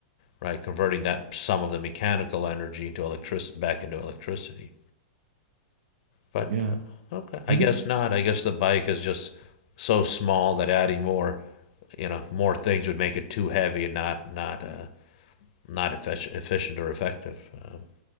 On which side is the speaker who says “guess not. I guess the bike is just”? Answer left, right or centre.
Left